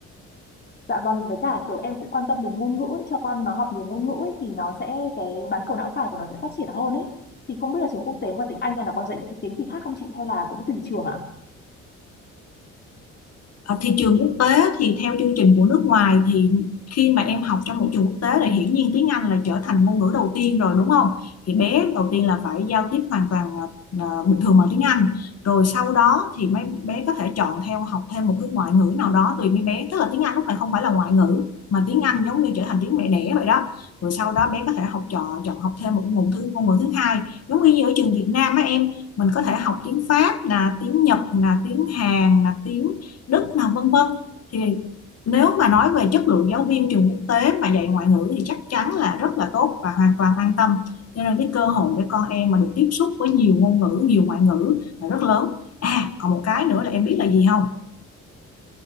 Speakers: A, on the left; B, on the left.
A: Dạ vâng, với cả kiểu em cũng quan tâm đến ngôn ngữ ấy, cho con nó học nhiều ngôn ngữ ấy, thì nó sẽ cái bán cầu não phải của nó sẽ phát triển hơn ấy. Thì không biết là trường quốc tế ngoài tiếng Anh ra nó còn dạy những cái tiếng gì khác không chị hay là cũng tùy trường ạ?
B: Ở thị trường quốc tế thì theo chương trình của nước ngoài thì khi mà em học trong môi trường quốc tế thì hiển nhiên tiếng Anh là trở thành ngôn ngữ đầu tiên rồi đúng không? Thì bé đầu tiên là phải giao tiếp hoàn toàn à, bình thường bằng tiếng Anh. Rồi sau đó thì mấy bé có thể chọn theo học thêm một cái ngoại ngữ nào đó tùy mấy bé. Tức là tiếng Anh lúc này không phải là ngoại ngữ mà tiếng Anh giống như trở thành tiếng mẹ đẻ vậy đó. Rồi sau đó bé có thể học chọn chọn học thêm một ngôn thứ ngôn ngữ thứ hai. Giống như ở trường Việt Nam á em, mình có thể học tiếng Pháp là tiếng Nhật là tiếng Hàn là tiếng Đức nào vân vân thì nếu mà nói về chất lượng giáo viên trường quốc tế mà dạy ngoại ngữ thì chắc chắn là rất là tốt và hoàn toàn an tâm cho nên cái cơ hội để con em mà được tiếp xúc với nhiều ngôn ngữ nhiều ngoại ngữ là rất lớn à còn một cái nữa là em biết là gì không